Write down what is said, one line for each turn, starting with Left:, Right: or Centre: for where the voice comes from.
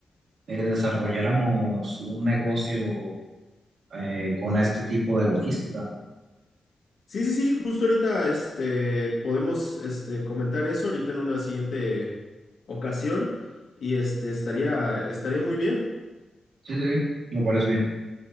Right: eh, desarrolláramos un negocio eh, con este tipo de logística.
Left: Sí, sí, sí, justo ahorita este, podemos este, comentar eso ahorita en una siguiente ocasión y este, estaría, estaría muy bien.
Right: Sí, sí, sí, me parece bien.